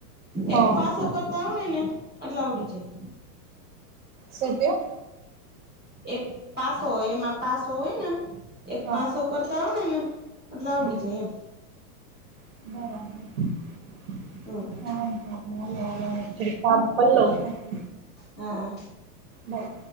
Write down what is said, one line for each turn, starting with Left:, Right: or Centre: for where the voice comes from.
Right: હા
Centre: એક પાસો કરતા આવડ ને. આટલા આવડી જાય.
Right: શું કેવ?
Centre: એક પાસો હોય. એમાં પાસો હોય ને. એક
Right: હા
Centre: પાસો કરતા આવડે ને. <unintelligible> આવડી
Right: હમ
Centre: જાય એમ.
Right: <unintelligible>
Centre: હમ
Right: <inaudible>
Centre: હા!
Right: બાય